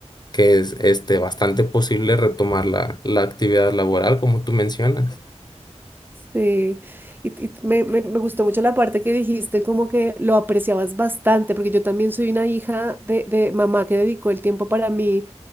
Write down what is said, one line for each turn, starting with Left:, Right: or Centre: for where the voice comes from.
Left: que es este bastante posible retomar la, la actividad laboral como tú mencionas.
Right: Sí. Y, y me, me- me gustó mucho la parte que dijiste, como que lo apreciabas bastante, porque yo también soy una hija de, de mamá que dedicó el tiempo para mí